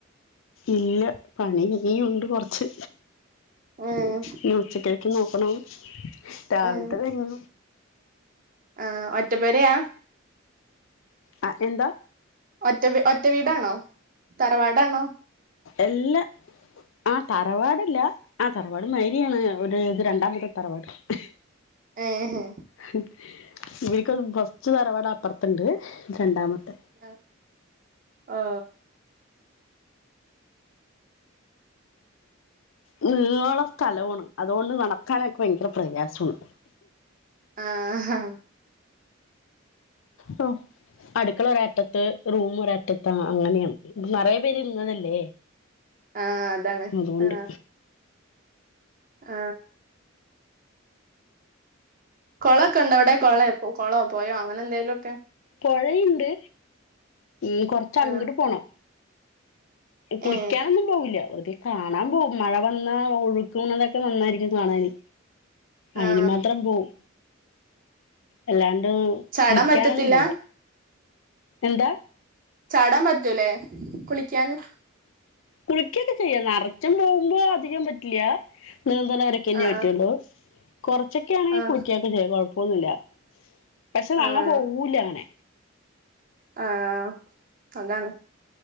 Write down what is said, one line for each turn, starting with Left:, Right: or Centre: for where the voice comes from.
Left: ഇല്ല പണി ഇനിയും ഇണ്ട് കൊറച്ച്
Right: ആഹ്
Left: ഇനി ഉച്ചക്കത്തേക് നോക്കണം രാവിലത്തെ
Right: ഏ
Left: കഴഞ്ഞു
Right: ആ ഒറ്റപേരെയ
Left: ആ എന്താ
Right: ഒറ്റ ഒറ്റ വീടാണോ തറവാടാണോ
Left: എല്ല ആ തറവാടല്ല ആഹ് തറവാട് മാരിയാണ് ഒരു ഇത് രണ്ടാമത്തെ തറവാട് അഹ്
Right: ഏഹെ
Left: ഹും ഇവർക്ക് ഫസ്റ്റ് തറവാട് അപ്പുറത്തുണ്ട് രണ്ടാമത്തെ
Right: ആ ഓ
Left: നിളോള്ള സ്ഥലമാണ് അതുകൊണ്ട് നടക്കാനൊക്കെ ഭയങ്കര പ്രയാസമാണ്
Right: ആഹ് ഹാ
Left: ഹോ അടുക്കള ഒരറ്റത്ത് റൂം ഒരറ്റത്താ അങ്ങനെയാണ് നറയെ പേര് ഇരുന്നതല്ലേ
Right: ആ അതാണ്
Left: അതുകൊണ്ട്
Right: ആ ആ കുള ഒക്കെണ്ടണ്ട് അവിടെ കൊളോ കുള പോയേ അങ്ങനെ എന്തേലുംലോക്കെ
Left: പുഴയുണ്ട് ഉം കൊറച്ച് അങ്ങിട്ട്
Right: ആ
Left: പോണം കുളിക്കാനൊന്നും
Right: ഏ
Left: പോകില്ല വെറുതെ കാണാൻ പോവും മഴ വന്നാ ഒഴുക്കുന്നതൊക്കെ നന്നായിരിക്കും കാണാന് അയിന്
Right: ആ
Left: മാത്രം പോവും. അല്ലാണ്ട്
Right: ചാടാൻ
Left: കുളിക്കാനൊന്നും
Right: പറ്റത്തില്ല
Left: പോവില്ല. എന്താ?
Right: ചാടാൻ പറ്റൂലേ? കുളിക്കാന്,
Left: കുളിക്കൊക്കെ ചെയ്യാ. നറച്ചു പോകുമ്പോ അധികം പറ്റില്ല, നീന്തണ വരെ ക്കെന്നെ
Right: ആ
Left: പറ്റുള്ളൂ. കുറച്ചൊക്കെ ആണെങ്കിൽ
Right: ആ ആ
Left: കുളികോക്കെ ചെയ്യ കുഴപ്പൊന്നുല്ല. പക്ഷെ നങ്ങ
Right: ആ
Left: പോവൂല്ല അങ്ങനെ.
Right: ആഹ് അതാണ്.